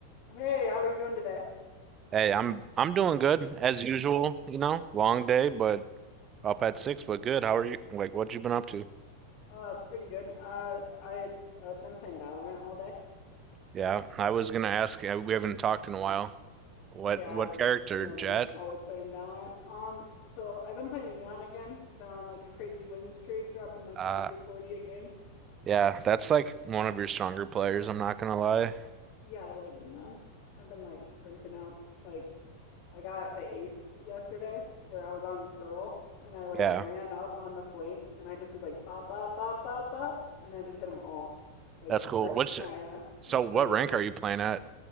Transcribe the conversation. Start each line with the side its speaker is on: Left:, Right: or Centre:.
Left: Hey, how are you doing today?
Right: Hey, I'm I'm doing good as usual, you know. Long day, but up at six, but good. How are you? Like, what you been up to?
Left: Uh, pretty good. Uh, I I've been playing Valorant all day.
Right: Yeah, I was gonna ask. uh, We haven't talked in a
Left: Mm.
Right: while. What
Left: Yeah,
Right: what character,
Left: just you know
Right: Jet?
Left: me, always playing Valorant. Um, so I've been playing Neon again. I've been on like a crazy win streak, dropping like
Right: Uh,
Left: 30 or 40 a game.
Right: yeah, that's like one of your stronger players. I'm not gonna lie.
Left: Yeah, I like Neon. I've been like sprinting out. Like I got a ace yesterday where I was on Pearl and I like
Right: Yeah,
Left: ran up on the flank and I just was like bop bop bop bop bop and I just hit them all like
Right: that's cool.
Left: <laughs> first
Right: What's
Left: try. Uh,
Right: so?
Left: I'm so
Right: What
Left: lucky.
Right: rank are you playing at?